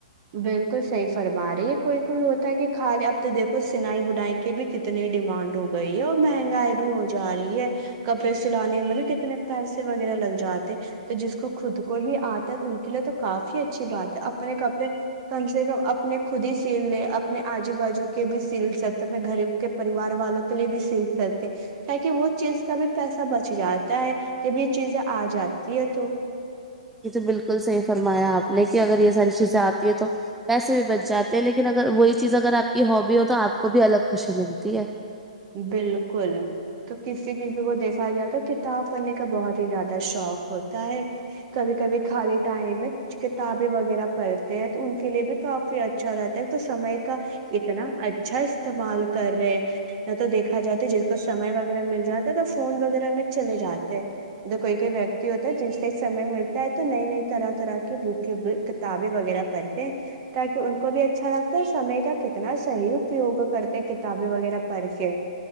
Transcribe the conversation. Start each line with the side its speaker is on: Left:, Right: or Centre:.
Right: بالکل صحیح فرما رہی ہے کوئی کوئی ہوتا ہے کہ خالی اب تو دیکھو سلائی بنائی کہ بھی کتنی ڈیمانڈ ہو گئی ہے اور مہنگائی بھی ہو جا رہی ہے کپڑے سلانے میں بھی کتنے پیسے وغیرہ لگ جاتے تو جس کو خود کو ہی آتا ہے ان کے لیے تو کافی اچھی بات ہے اپنے ک کم سے کم اپنے خود ہی سیل لے اپنے آجو بازو کے بھی سیل سکتے اپنے گریب کے پریوار والوں کے لیے بھی سل سکتے تہ وہ چیز کا بھی پیسہ بچ جاتا ہے جب یہ چیزیں آ جاتی ہے تو
Centre: یہ تو بالکل صحیح فرمایا آپ نے کہ اگر یہ ساری چیزیں آتی ہے تو پیسے بھی بچ جاتے لیکن اگر وہی چیز اگر آپ کی ہابی ہو تو آ کو بھی الگ خوشی ملتی ہے
Right: بالکل تو کسی کسی کو دیکھا جائے تو کتاب پڈنے کا بہت ہی زیادہ شوق شوق ہوتا ہے کبھی کبھی خالی ٹائم میں کچ کتابیں وغیرہ پڑھتے ہیں تو ان کے لیے بھی کافی اچھا رہتا ہے تو سمے کا اتنا اچھا استعمال کر رہے ہیں نہ تو دیکھا جاتا جس کو سمے وغیرہ مل جاتا ہے تو فون وغیرہ میں چلے جاتے ہیں کوئی کوئی ویکتی ہوتا ہے جس سے سمے ملتا ہے تو نئی نئی طرح طرح کی بک کتابیں وغیرہ پڑھتے ہیں تاکہ ان کو بھی اچھا لگتا ہے سمے کا کتنا صحیح اپیوگ کرتے کتابیں وغیرہ کرکے